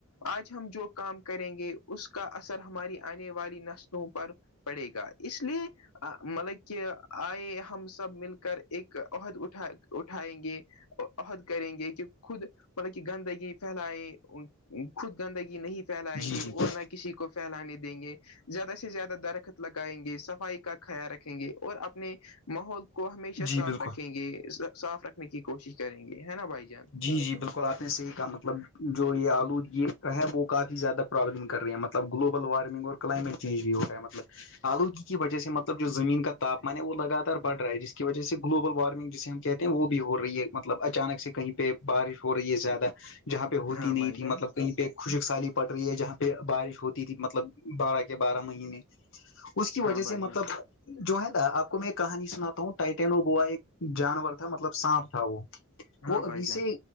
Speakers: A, on the left; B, on the left.
A: آج ہم جو کام کریں گے اس کا اثر ہماری آنے والی نسلوں پر پڑے گا اس لیے مطلب کہ آئے ہم سب مل کر ایک عہد اٹھا اٹھائیں گے عہد کریں گے کہ خود مطلب کہ گندگی پھیلائ خود گندگی نہیں پھیلائیں
B: جی
A: گے اور
B: جی
A: نہ کسی کو پھیلانے دیں گے زیادہ سے زیادہ درخت لگائیں گے صفائی کا خیال رکھیں گے اور اپنے ماحول کو ہمیشہ
B: جی
A: صاف
B: بالکل
A: رکھیں گے صاف رکھنے کی کوشش کریں گے ہے نا بھائی جان
B: جی جی بالکل آپ نے صحیح کہا مطلب جو یہ آلود یہ ہے وہ کافی زیادہ پروابلم کر رہی ہیں مطلب گلوبل وارمنگ اور کلائمیٹ چینج بھی ہو رہا ہے مطلب آلودگی کی وہ سےطلب جو زمین کا تاپمان ہے وہ لگاتار بڑ رہا ہے جس کی وجہ سے گلوبل وارمنگ جسے ہم کہتے ہیں وہ بھی ہو رہی ہے مطلب اچانک سے کہیں پ پہ بارش ہو رہی ہے زیادہ جہاں پہ ہوتی
A: ہاں
B: نہیں
A: بھائی
B: تھی
A: جان
B: مطلب کہیں پہ خشک سالی پڑ رہی ہے جہاں پہ بارش ہوتی تھی مطلب بارہ کے بارہ مہینے اس کی وجہ
A: ہاں بھائی
B: سے
A: جان
B: مطلب جو ہے نا آپ کو میں ایک کہانی سناتا ہوں ٹائٹینو گووا ایک جانور تھا مطلب سانپ تھا وہ وہ
A: ہاں بھائی جان
B: سے